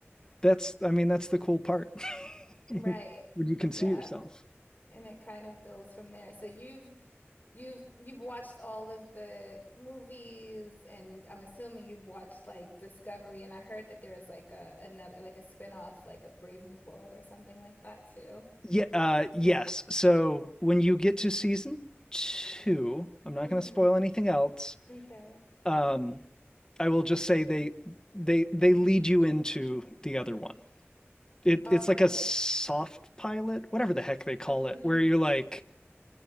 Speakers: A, on the left (about 15°); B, on the left (about 40°).
A: that's I mean that's the cool part. <laughs> when
B: Right.
A: you can
B: Yeah.
A: see yourself.
B: And it kind of builds from there. So you've you've you've watched all of the movies and I'm assuming you've watched like Discovery and I heard that there is like a another like a spin-off like a Brave New World or something like that too.
A: Yeah, uh yes. So when you get to season 2, I'm not
B: hmm
A: going to spoil anything else.
B: Okay.
A: Um I will just say they they they lead you into the other one. it
B: Okay.
A: it's like a soft pilot, whatever the heck they call
B: hmm
A: it, where you like